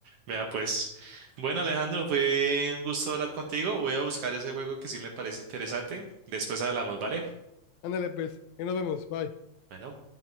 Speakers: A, on the right; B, on the left.
A: Vea, pues. Bueno, Alejandro, fue un gusto hablar contigo. Voy a buscar ese juego que sí me parece interesante. Después hablamos, ¿vale?
B: Ándale, pues, ahí nos vemos, bye.
A: Bueno.